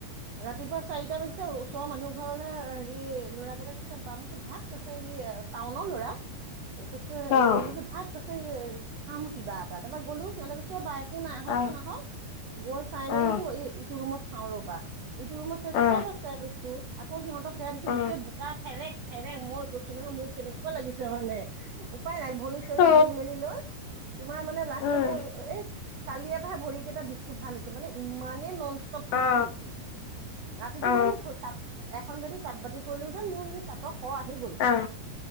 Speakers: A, on the right (about 70°); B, on the left (about 65°).
A: ৰাতিপুৱা চাৰিটা বাজিছে ওচৰ মানুহ ঘৰলে হেৰি ল'ৰাকেইটাক কৈছে বামছো ভাত কৈছে ই টাউনৰ ল'ৰা।
B: <inaudible>
A: কৈছে
B: সেই
A: এ মোৰ ভাত কৈছে এ খাম কিবা এটা, তাৰপা গ'লো তেওঁলোকে চুওক বা একো নাই আহকচোন
B: অ
A: আহক গৈ চাই
B: অ
A: মেলি
B: অ
A: মই ইটো ৰুমত চাওঁ ৰ'বা। এইটো ৰুমত চাইছো
B: অ
A: চব আছে বস্তু, আকৌ সিহঁক সেয়া দিছো
B: অ
A: গোটেই বোকা ফেৰেক ফেৰেক মই কৈছো নহয় মোৰ কেনেকুৱা লাগিছে মানে উপায় নাই ভৰি চৰি
B: অ
A: ধুই মেলি লৈ। তোমাৰ মানে লাষ্ট
B: উম
A: মোৰ এই কালিৰ পৰাহে ভৰিকেইটা বিষটো ভাল হৈছে মানে ইমানে নন ষ্টপ খোজকাঢ়িছো।
B: অ
A: ৰাতিটো
B: অ
A: মানে মোক তাঁত এখন যদি তাঁত বাতি কৰিলোহেতেন মোৰ সেই তাঁত খ আহি গ'ল হয়,
B: অ